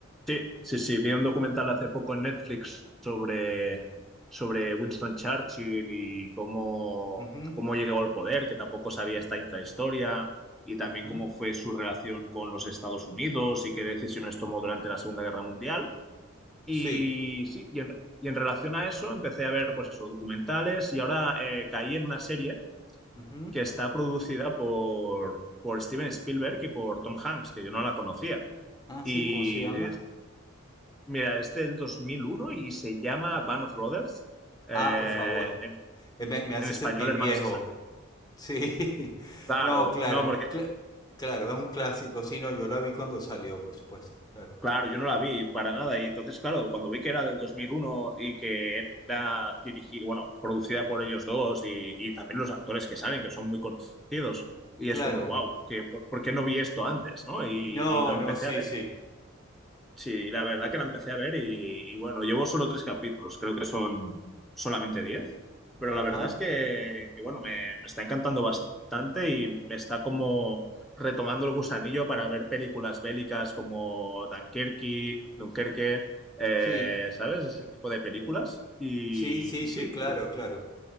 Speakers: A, in the centre; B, on the left (about 20°).
A: Sí, sí, sí, vi un documental hace poco en Netflix sobre, sobre Winston Churchill y cómo,
B: Ujú,
A: cómo llegó al poder, que tampoco sabía esta intrahistoria, y también
B: ujú.
A: cómo fue su relación con los Estados Unidos y qué decisiones tomó durante la Segunda Guerra Mundial. Y
B: Sí.
A: sí, y en, y en relación a eso empecé a ver, pues eso, documentales y ahora eh, caí en una serie
B: Ujú.
A: que está producida por, por Steven Spielberg y por Tom Hanks, que yo no la conocía.
B: Ah,
A: Y
B: sí, ¿cómo se llama?
A: es- mira, es del 2001 y se llama Band of Brothers, eh,
B: Ah, por favor.
A: en,
B: Eh, me, me hace
A: en español
B: sentir
A: Hermanos
B: viejo.
A: de Sangre.
B: Sí. <laughs>
A: Claro,
B: No, claro.
A: no, porque,
B: Cla- claro, es un clásico. Sí, no, yo la vi cuando salió, por supuesto. Claro.
A: claro, yo no la vi para nada. Y entonces, claro, cuando vi que era del 2001 y que era dirigida, bueno, producida por ellos dos y, y también los actores que salen, que son muy conocidos, y
B: Claro.
A: es como, wow, ¿por, por qué no vi esto antes? ¿no? Y,
B: No,
A: y lo empecé
B: no, sí,
A: a ver.
B: sí.
A: Sí, la verdad que la empecé a ver y, y bueno, llevo solo tres capítulos, creo que son solamente diez, pero
B: Ajá.
A: la verdad es que, que, bueno, me, me está encantando bastante y me está como retomando el gusanillo para ver películas bélicas como Dunkerque, Dunkerque, eh,
B: Sí.
A: ¿sabes? Ese tipo de películas. Y,
B: Sí, sí,
A: y
B: sí,
A: sí,
B: claro, claro.